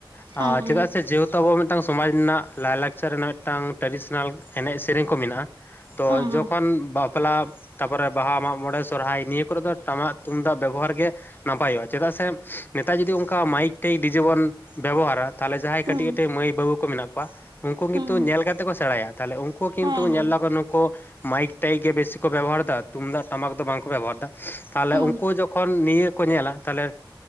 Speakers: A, on the left; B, on the right.
A: ᱟ
B: ᱦᱮᱸ
A: ᱪᱮᱫᱟᱜ ᱥᱮ ᱡᱮᱦᱮᱛᱩ ᱟᱵᱚᱣᱟᱜ ᱢᱤᱫᱴᱟᱝ ᱥᱚᱢᱟᱡᱽ ᱨᱮᱱᱟᱜ ᱞᱟᱭᱼᱞᱟᱠᱪᱟᱨ ᱨᱮᱱᱟᱜ ᱢᱤᱫᱴᱟᱝ ᱴᱤᱥᱼ <unintelligible> ᱮᱱᱮᱡ ᱥᱮᱨᱮᱧ ᱠᱚ ᱢᱮᱱᱟᱜᱼᱟ ᱛᱚ
B: ᱦᱮᱸ ᱦᱮᱸ
A: ᱡᱚᱠᱷᱚᱱ ᱵᱟᱯᱞᱟ ᱛᱟᱨᱯᱚᱨᱮ ᱵᱟᱦᱟ ᱢᱟᱜ ᱢᱚᱬᱮ ᱥᱚᱨᱦᱟᱭ ᱱᱤᱭᱟᱹ ᱠᱚᱨᱮ ᱫᱚ ᱴᱟᱢᱟᱠ ᱛᱩᱢᱫᱟᱜ ᱵᱮᱵᱚᱦᱟᱨ ᱜᱮ ᱱᱟᱯᱟᱭᱚᱜᱼᱟ ᱪᱮᱫᱟᱜ ᱥᱮ ᱱᱮᱛᱟᱨ ᱡᱩᱚᱫᱤ ᱚᱱᱠᱟ ᱢᱟᱭᱤᱠ ᱴᱟᱤᱠ ᱵᱤᱡᱮ ᱵᱚᱱ ᱵᱮᱵᱚᱦᱟᱨ-ᱟ ᱛᱟᱦᱚᱞᱮ ᱡᱟᱦᱟᱸᱭ
B: ᱦᱮᱸ
A: ᱠᱟᱹᱴᱤᱡ ᱠᱟᱹᱴᱤᱡ ᱢᱟᱹᱭ ᱵᱟᱹᱵᱩ ᱠᱚ ᱢᱮᱱᱟᱜ ᱠᱚᱣᱟ ᱩᱱᱠᱩ ᱠᱤᱱᱛᱩ
B: ᱦᱮᱸ
A: ᱧᱮᱞ ᱠᱟᱛᱮ ᱠᱚ ᱥᱮᱬᱟᱭᱟ ᱛᱟᱦᱚᱞᱮ ᱩᱱᱠᱩ ᱱᱩᱠᱩ ᱠᱤᱱᱛᱩ
B: ᱦᱮᱸ ᱦᱮᱸ
A: ᱧᱮᱞᱫᱟᱠᱚ ᱱᱩᱠᱩ ᱢᱟᱭᱤᱠ ᱴᱟᱭᱤᱠ ᱜᱮ ᱵᱤᱥᱤ ᱠᱚ ᱵᱮᱵᱚᱦᱟᱨ ᱮᱫᱟ ᱛᱩᱢᱫᱟᱜ ᱴᱟᱢᱟᱠ ᱫᱚ ᱵᱟᱝ ᱠᱚ ᱵᱮᱵᱚᱦᱟᱨ ᱮᱫᱟ ᱛᱟᱞᱦᱮ
B: ᱦᱮᱸ
A: ᱩᱱᱠᱩ ᱡᱚᱠᱷᱚᱱ ᱱᱤᱭᱟᱹ ᱠᱚ ᱧᱮᱞᱟ ᱛᱟᱞᱦᱮ